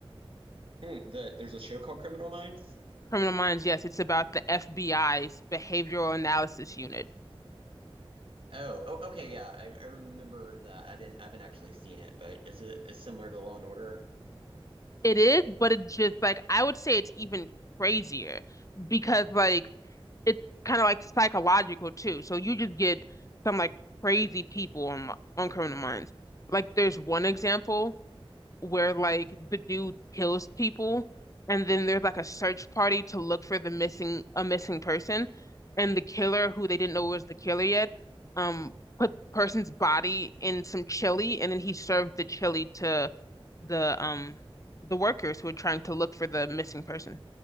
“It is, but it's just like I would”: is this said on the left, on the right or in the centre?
Left